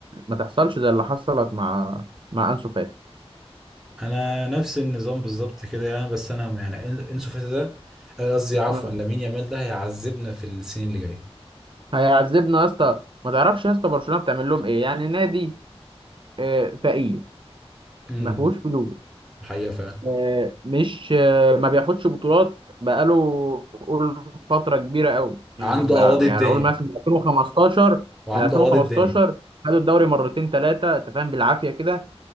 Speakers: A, on the right (about 50°); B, in the centre.
A: ما تحصلش زي اللي حصلت مع مع انسو فاتي
B: انا نفس النظام بالظبط كده يعني بس انا يعني إن- انسو فاتي ده آه، قصدي عفوا
A: مم.
B: لامين يامال ده هيعذبنا في السنين اللي جايه
A: هيعذبنا يا اسطى ما تعرفش يا اسطى برشلونه بتعمل لهم ايه يعني نادي آه، فقير
B: امم
A: ما فيهوش فلوس
B: حقيقة فعلا
A: آه، مش آه، ما بياخدش بطولات بقاله قول فترة كبيرة قوي يعني
B: عنده
A: بقى
B: اواضي الدنيا
A: يعني قول مثلا من 2015
B: وعنده
A: من
B: اواضي
A: 2015
B: الدنيا
A: خدوا الدوري مرتين ثلاثة انت فاهم بالعافية كده